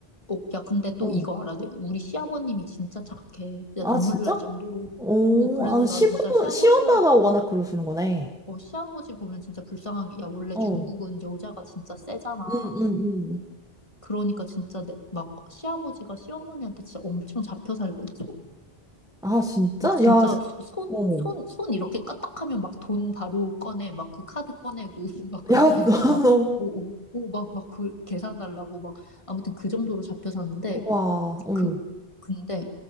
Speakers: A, on the left; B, in the centre.
A: 어, 야, 근데 또
B: 어.
A: 이거 알아야 돼. 우리 시아버님이 진짜 착해. 진짜
B: 아,
A: 눈물
B: 진짜?
A: 날 정도로.
B: 오,
A: 어, 그래서
B: 아,
A: 난
B: 시부모
A: 진짜 시아버지만,
B: 시엄마가 워낙 그러시는 거네.
A: 어, 시아버지 보면 진짜 불쌍한 게, 야, 원래
B: 어.
A: 중국은 여자가 진짜 세잖아.
B: 응응응
A: 그러니까 진짜 내, 막 시아버지가 시어머니한테 진짜 엄청 잡혀 살거든.
B: 아, 진짜?
A: 막 진짜
B: 야, 시-
A: 손,
B: 어.
A: 손, 손 이렇게 까딱하면 막 돈 바로 꺼내, 막 그 카드 꺼내고, <laughs> 막 그,
B: 야, <laughs> 나너
A: 막, 오, 오, 오, 막, 막 그 계산하려고 막 아무튼 그 정도로 잡혀 사는데
B: 와, 어.
A: 그 근데